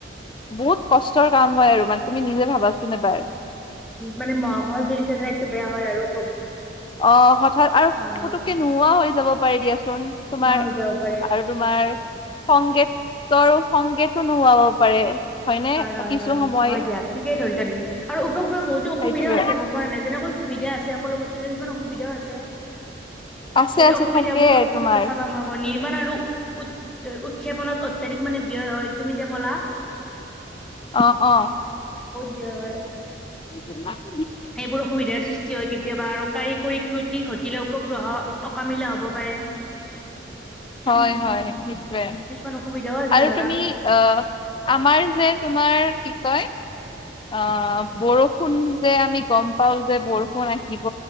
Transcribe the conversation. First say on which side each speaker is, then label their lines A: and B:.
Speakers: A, on the left (about 25°); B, in the centre.
A: বহুত কষ্টৰ কাম হয় আৰু মানে তুমি নিজে ভাবাচোন এবাৰ।
B: মানে মহাভাৰত যদি চাইচে এইটো বেয়া হয় আৰু
A: অ হঠাৎ আৰু
B: হয় হয়
A: পুতুককে নোহোৱাও হৈ যাব পাৰি দিয়াচোন। তোমাৰ
B: নোহোৱা হৈ যাব পাৰে
A: আৰু
B: অ
A: তোমাৰ সংগীতৰো সংগেতো নোহোৱা হ'ব পাৰে। হয়নে
B: হয় হয়
A: কিছু
B: হয়
A: সময়
B: হয় দিয়া। ঠিকেই ধৰিছা তুমি আৰু উপগ্ৰহ বহুতো অসুবিধাও
A: সেইটোৱে
B: আছে গম পোৱা নাই। যেনেকৈ সুবিধা আছে সকলো বসু সুবিধা হৈছে।
A: আছে
B: এইটো
A: আছে
B: অসুবিধাবোৰ
A: থাকে তোমাৰ
B: চাবা মই আকৌ নিৰ্মাণ আৰু উ উৎক্ষেপন। ত অত্যাধিক মানে ব্যয় হয় তুমি যে ক'লা।
A: অ অ।
B: দিয়া হয়।
A: <inaudible>
B: এইবোৰ অসুবিধাৰ সৃষ্টি হয়। কেতিয়াবা আৰু কাৰিকৰী কৃতি ঘটিলেও। উপগ্ৰহ অকামিলা হ'ব পাৰে।
A: হয়
B: উম
A: হয় সেইটোৱে।
B: কিছুমান অসুবিধাও আছে
A: আৰু
B: ধৰা
A: তুমি আহ আমাৰ যে তোমাৰ কি কয়। অ বৰষুণ যে আমি গম পাও যে বৰষুণ আহিব।